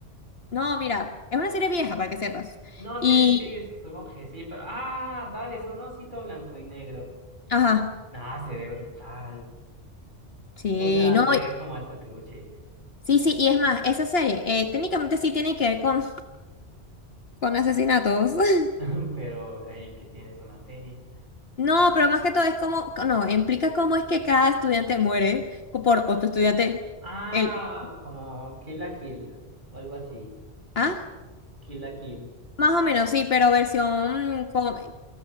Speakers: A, on the left (about 65°); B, on the right (about 45°).
A: No, mira, es una serie vieja para que sepas.
B: No,
A: Y,
B: sí, sí, sí, supongo que sí, pero. Ah, dale, son osito blanco y negro.
A: ajá,
B: Nah, se ve brutal.
A: sí,
B: O sea,
A: no,
B: se ve
A: y-
B: como alto peluche.
A: sí, sí, y es más, esa serie eh, técnicamente sí tiene que ver con, con asesinatos. <laughs>
B: <laughs> Pero, hey, que tienes una serie.
A: No, pero más que todo es como, no, implica cómo es que cada estudiante muere por otro estudiante.
B: Ah,
A: El,
B: como Kill la Kill o algo así.
A: ¿ah?
B: Kill la Kill.
A: Más o menos, sí, pero versión... con-